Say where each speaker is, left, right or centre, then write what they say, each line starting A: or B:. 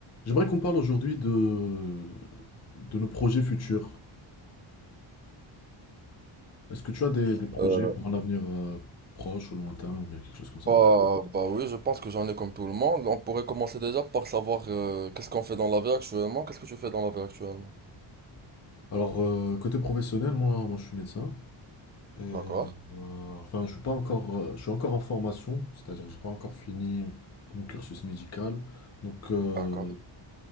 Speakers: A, on the left (about 30°); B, on the right (about 20°).
A: J'aimerais qu'on parle aujourd'hui de, de nos projets futurs. Est-ce que tu as des, des projets
B: Euh,
A: pour un avenir euh, proche ou lointain ou bien quelque chose comme ça?
B: Bah, bah oui, je pense que j'en ai comme tout le monde. On pourrait commencer déjà par savoir euh, qu'est-ce qu'on fait dans la vie actuellement. Qu'est-ce que tu fais dans la vie actuellement?
A: Alors, euh, côté professionnel, moi, moi je suis médecin. Et,
B: D'accord,
A: euh, enfin, je suis pas encore, euh, je suis encore en formation, c'est-à-dire que j'ai pas encore fini mon cursus médical. Donc, euh,
B: d'accord.